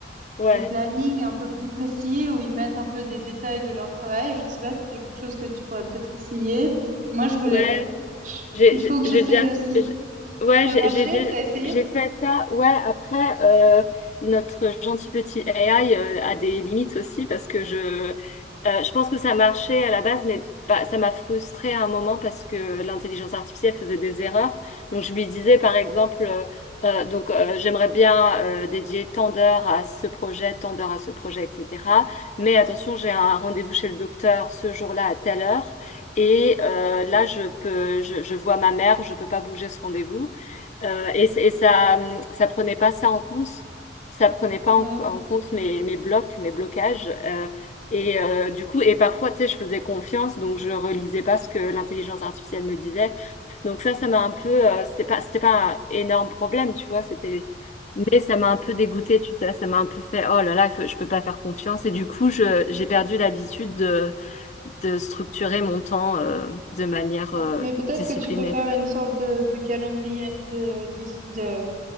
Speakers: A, on the left; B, on the right.
A: Ouais,
B: des plannings un peu plus précis, où ils mettent un peu des détails de leur travail. Je sais pas si c'est quelque chose que tu pourrais peut-être essayer. Peut- Moi, je voulais.
A: ouais,
B: Chut,
A: J'ai
B: Il faut
A: j'ai-
B: que
A: j'ai
B: j'essaye
A: déjà fait,
B: aussi.
A: j'- ouais,
B: Ça
A: j'ai
B: a marché?
A: j'ai dé-
B: T'as essayé?
A: j'ai fait ça. Ouais, après, euh, notre gentil petit AI euh, a des limites aussi parce que je, euh, je pense que ça marchait à la base, mais pas- ça m'a frustrée à un moment parce que l'intelligence artificielle faisait des erreurs. Donc, je lui disais, par exemple, euh, euh, donc, euh, j'aimerais bien euh, dédier tant d'heures à ce projet, tant d'heures à ce projet, etc. Mais attention, j'ai un rendez-vous chez le docteur ce jour-là à telle heure. Et euh, là, je peux, je, je vois ma mère, je peux pas bouger ce rendez-vous. Euh, et c'est- et ça, hum, ça prenait pas ça en compte. Ça prenait pas
B: Ouais.
A: en, en compte mes, mes blocs, mes blocages. euh, et euh, du coup, et parfois, tu sais, je faisais confiance, donc je relisais pas ce que l'intelligence artificielle me disait. Donc ça, ça m'a un peu, euh, c'était pas, c'était pas un énorme problème, tu vois. C'était, mais ça m'a un peu dégoûtée, tu sais. Ça m'a un peu fait, oh là là, faut- je peux pas faire confiance. Et du coup, je, j'ai perdu l'habitude de de structurer mon temps euh, de manière
B: Mais,
A: euh,
B: mais peut-être
A: disciplinée.
B: que tu peux faire une sorte de, de calendrier de, dix- de